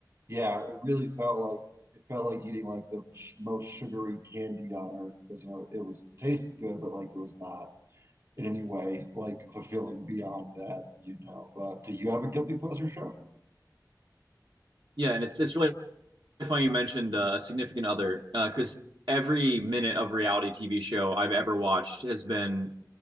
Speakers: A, on the right; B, on the right.
A: yeah, it really felt like it felt like eating like the sh most sugary candy on earth because you know it was tasted good, but like it was not in any way like fulfilling beyond that, you know. Uh, do you have a guilty pleasure show?
B: yeah and it's it's really funny you mentioned uh, a significant other because every minute of reality tv show i've ever watched has been